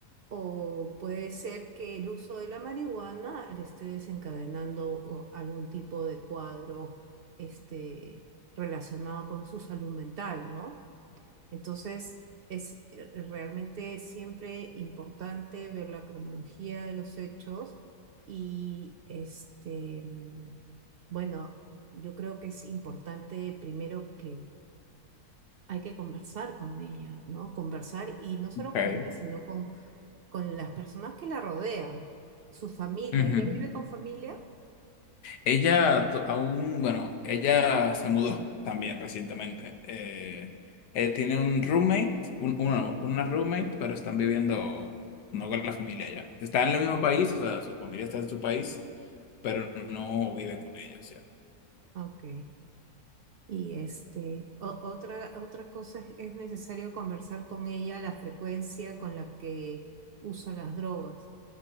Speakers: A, on the right (about 85°); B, on the left (about 90°).
A: O puede ser que el uso de la marihuana le esté desencadenando o, algún tipo de cuadro, este, relacionado con su salud mental, ¿no? Entonces, es eh, eh, realmente siempre importante ver la cronología de los hechos y este, mm, bueno, yo creo que es importante primero que hay que conversar con ella, ¿no? Conversar y no solo
B: Ok.
A: con ella, sino con, con las personas que la rodean, su familia.
B: Ujú.
A: ¿Ella vive con familia?
B: Ella to- aún, bueno, ella se mudó también recientemente. Eh, eh, tiene un roommate, un, una, una roommate, pero están viviendo no con la familia ya. Están en el mismo país, o sea, su familia está en su país, pero no viven con ellos ya.
A: Ok. Y este, o- otra, otra cosa es, es necesario conversar con ella la frecuencia con la que usa las drogas,